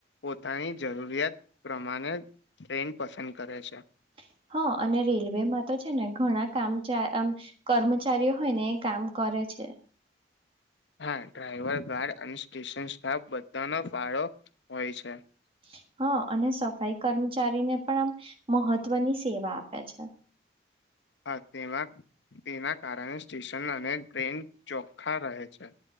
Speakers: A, on the left; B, on the right.
A: પોતાની જરૂરિયાત પ્રમાણે ટ્રેન પસ સંદ કરે છે.
B: <inaudible> હા અને રેલવેમાં તો છે ને ઘણા કામચા આમ કર્મચારીઓ હોય ને એ કામ કરે છે. <inaudible>
A: હા ડ્રાઈવર ગાર્ડ અને સ્ટેશન સ્ટાફ બધાનો પાળો હોય છે.
B: <inaudible> હા અને સફાઈ કર્મચારીને પણ આમ મહત્વની સેવા આપે છે.
A: હા તેમાં તેના કારણે સ્ટેશન અને ટ્રેન ચોખ્ખા રહે છે.